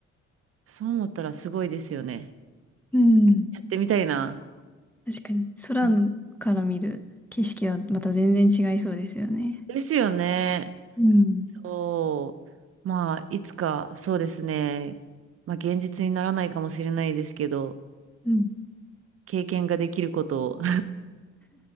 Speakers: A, on the right (about 50°); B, in the centre.
A: そう思ったらすごいですよね。
B: うん。
A: やってみたいな。
B: 確かに、空のから見る景色はまた全然違いそうですよね。
A: うんですよね。
B: うん。
A: そう。まあ、いつか、そうですね。まあ、現実にならないかもしれないですけど、
B: うん。
A: 経験ができることを。